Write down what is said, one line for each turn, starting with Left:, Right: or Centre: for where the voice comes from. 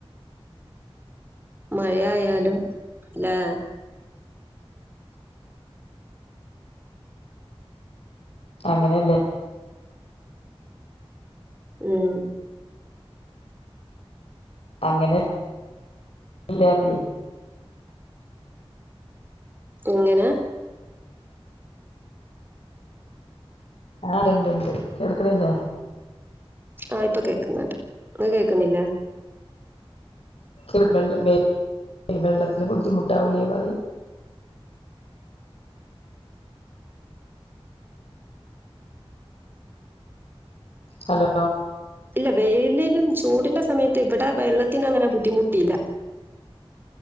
Right: മഴയാലും ലേ
Left: അങ്ങനെയല്ലേ
Right: ഉം
Left: അങ്ങനെ ല്ലറി
Right: എങ്ങനെ
Left: ആ ണ്ട് ണ്ട് കേൾക്കണില്ലേ
Right: ആ ഇപ്പൊ കേൾക്കുന്നുണ്ട് ങ്ങക്ക് കേക്കുന്നില്ലെ
Left: വെ വെള്ളം വേ വെള്ളത്തിന് ബുദ്ധിമുട്ടാവില്ലേ പറയ്ന് ഹലോ
Right: ഇല്ല വെയിലിനും ചൂടിന്റെ സമയത്ത് ഇവിടെ വെള്ളത്തിനഅങ്ങനെ ബുദ്ധിമുട്ടില്ല